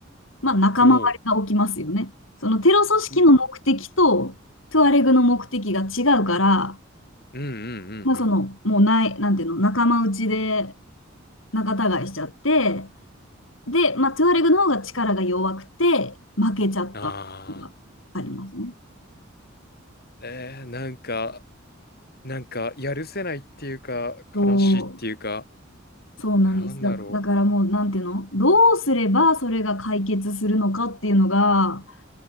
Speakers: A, on the left (about 70°); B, on the left (about 50°).
A: まあ、仲間割れが起きますよね。
B: おう、
A: そのテロ組織の目的とトゥアレグの目的が違うから、
B: うん、うんうんうんうん、
A: まあ、その、もうない、なんていうの、仲間内で仲違いしちゃって、で、まあ、トゥアレグの方が力が弱くて、負けちゃったのがありますね。
B: ああ、えー、なんか、なんか、やるせないっていうか、
A: そ
B: 悲しいっていうか、
A: う、そうなんです。
B: なんだろ
A: だ、だからもう、なんていうの、どうすればそれが解決するのかっていうのが、